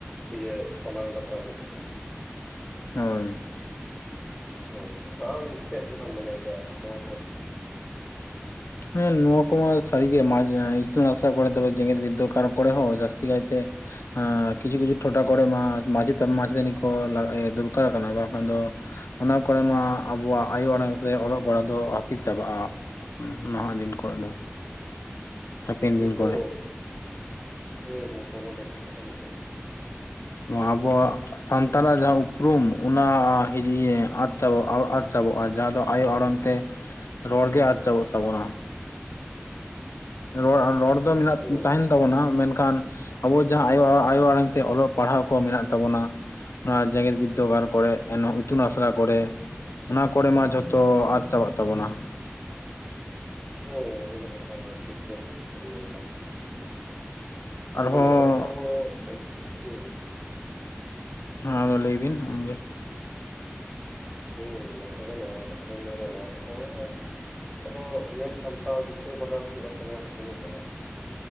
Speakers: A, in the centre; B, on the left.
A: ᱤᱭᱟᱹ ᱥᱟᱢᱟᱝ ᱫᱟᱯᱨᱟᱢ ᱦᱳᱭᱳᱜ ᱛᱟᱢᱟ᱾
B: ᱦᱳᱭ,
A: ᱚ, ᱟᱢ ᱪᱮᱫ ᱞᱮᱠᱟᱢ ᱢᱚᱱᱮᱭ ᱫᱟ ᱱᱚᱣᱟ ᱠᱚ?
B: ᱦᱮᱸ ᱱᱚᱣᱟ ᱠᱚ ᱢᱟ ᱥᱟᱨᱤ ᱜᱮ, ᱢᱟᱡ ᱤᱥᱛᱩᱱ ᱟᱥᱲᱟ ᱯᱚᱨᱮ ᱛᱚ ᱡᱮᱜᱮᱫᱵᱤᱫᱽᱟᱹᱜᱟᱲ ᱾ ᱠᱚᱨᱮ ᱦᱚᱸ ᱡᱟᱹᱥᱛᱤ ᱠᱟᱭᱛᱮ ᱦᱮᱸ ᱠᱤᱪᱷᱩ ᱠᱤᱪᱷᱩ ᱴᱚᱴᱷᱟ ᱠᱚᱨᱮ ᱢᱟ ᱠᱤᱪᱷᱩ ᱠᱤᱪᱷᱩ ᱴᱚᱴᱷᱟ ᱠᱚᱨᱮ ᱢᱟ, ᱢᱟᱪᱮᱛ ᱢᱟᱪᱮᱛᱟᱱᱤ ᱠᱚ ᱫᱚᱨᱠᱟᱨ ᱠᱟᱱᱟ ᱵᱟᱝᱠᱷᱟᱱ ᱫᱚ <unintelligible> ᱚᱱᱟ ᱠᱚᱨᱮ ᱢᱟ ᱟᱵᱚᱣᱟᱜ ᱟᱭᱳ ᱟᱲᱟᱝ ᱛᱮ ᱚᱞᱚᱜ ᱯᱟᱲᱦᱟᱜ ᱫᱚ, ᱦᱟᱹᱯᱤᱫ ᱪᱟᱵᱟᱜᱼᱟ᱾ ᱱᱟᱦᱟᱜ ᱫᱤᱱ ᱠᱚᱨᱮ ᱫᱚ ᱦᱟᱯᱮᱱ
A: ᱦᱩ,
B: ᱫᱤᱱ ᱠᱚᱨᱮ
A: ᱦᱳᱭ ᱜᱚᱝᱠᱮ ᱚᱱᱟ ᱫᱚ ᱠᱟᱛᱷᱟ ᱠᱟᱱ ᱜᱮᱭᱟ᱾
B: ᱱᱚᱣᱟ ᱟᱵᱚᱣᱟᱜ ᱥᱟᱱᱛᱟᱲᱟᱜ
A: ᱚᱱᱟ
B: ᱡᱟᱦᱟᱸ ᱩᱯᱨᱩᱢ ᱚᱱᱟᱭ ᱤᱫᱤᱭ ᱟᱫ ᱪᱟᱵᱟ, ᱟᱫ ᱪᱟᱵᱟᱜᱼᱟ, ᱡᱟᱦᱟᱸ ᱫᱚ ᱟᱭᱳ ᱟᱲᱟᱝ ᱛᱮ ᱨᱚᱲᱜᱮ ᱟᱫ ᱪᱟᱵᱟᱜ ᱛᱟᱵᱚᱱᱟ ᱨᱚᱲ ᱟᱨ ᱨᱚᱲ ᱫᱚ ᱢᱮᱱᱟᱜ,
A: ᱦᱳᱭ
B: ᱛᱟᱦᱮᱸᱱ ᱛᱟᱵᱚᱱᱟ ᱢᱮᱱᱠᱷᱟᱱ ᱟᱵᱚ ᱡᱟᱦᱟᱸ ᱟᱭᱳ, ᱟᱭᱳ ᱟᱲᱟᱝ ᱛᱮ, ᱚᱞᱚᱜ ᱯᱟᱲᱦᱟᱣ ᱠᱚ ᱢᱮᱱᱟᱜ ᱛᱟᱵᱚᱱᱟ ᱱᱚᱣᱟ ᱡᱮᱜᱮᱛ ᱵᱤᱨᱫᱽᱟᱹᱜᱟᱲ ᱠᱚᱨᱮᱜ, ᱮᱱ ᱤᱛᱩᱱ ᱟᱥᱲᱟ ᱠᱚᱨᱮ ᱚᱱᱟ ᱠᱚᱨᱮ ᱢᱟ ᱡᱷᱚᱛᱚ ᱟᱫ ᱪᱟᱵᱟᱜ ᱛᱟᱵᱚᱱᱟ᱾
A: ᱦᱩᱸ, ᱚᱱᱟ ᱫᱚ ᱠᱟᱛᱷᱟ ᱠᱟᱱ ᱴᱷᱤᱠ ᱜᱮᱢ ᱞᱟᱹᱭ ᱫᱟ᱾
B: ᱟᱨᱦᱚᱸ
A: <unintelligible> ᱱᱚᱣᱟ ᱠᱚᱠᱚ <unintelligible>
B: ᱦᱟᱸᱟᱫᱚ ᱞᱟᱹᱭ ᱵᱤᱱ, ᱟᱢᱜᱮ
A: ᱦᱩᱸ ᱱᱚᱭᱟ ᱠᱚᱫᱚ ᱱᱚᱭᱟ ᱠᱟᱛᱷᱟ ᱞᱤᱧ ᱞᱮᱭ ᱫᱟ ᱱᱚᱭᱟ ᱠᱚᱫᱚ <unintelligible> ᱟᱫᱚ ᱧᱮᱞ ᱥᱟᱢᱴᱟᱣ, ᱜᱩᱪᱷᱟᱹᱣ ᱵᱟᱜᱟᱣ, ᱦᱳᱭᱳᱜ ᱟᱥᱮ ᱱᱚᱣᱟ ᱠᱚ ᱡᱤᱱᱤᱥ ᱟᱵᱚ